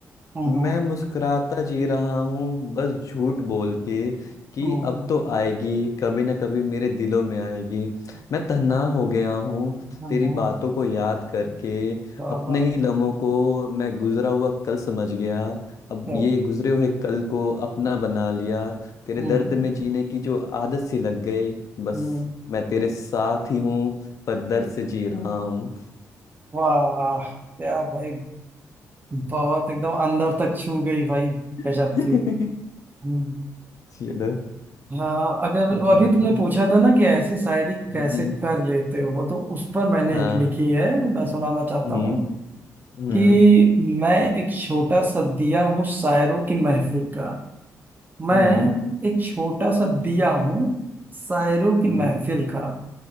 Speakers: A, on the right (about 30°); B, on the left (about 60°).
A: हम्म
B: मैं मुस्कुराता जी रहा हूँ बस झूठ बोल के कि
A: हम्म
B: अब तो आएगी कभी ना कभी मेरे दिलों में आएगी मैं तन्हा हो गया हूँ
A: हम्म
B: तेरी बातों को याद करके
A: हम्म, हम्म।
B: अपने
A: वाह वाह
B: ही लम्हों को मैं गुजरा हुआ कल समझ गया अब
A: क्या
B: ये गुजरे हुए कल को अपना बना लिया तेरे
A: हम्म
B: दर्द में जीने की जो आदत सी लग गई बस
A: हम्म,
B: मैं तेरे साथ ही हूँ पर दर्द से जी रहा हूँ
A: वाह क्या भाई बहुत एकदम अंदर तक छू गई भाई
B: <laughs>
A: गजब थी हम्म
B: चलो
A: हाँ अगर
B: हम्म,
A: वो अभी
B: बताओ
A: तुमने पूछा था ना कि ऐसे शायरी कैसे
B: हम्म,
A: कर लेते हो तो उस पर मैंने
B: हाँ
A: एक लिखी है मैं सुनाना चाहता
B: हम्म
A: हूँ
B: हम्म
A: कि मैं एक छोटा सा दिया हूँ शायरों की महफिल का मैं
B: हम्म
A: एक छोटा सा दिया हूँ शायरों की
B: हम्म
A: महफिल का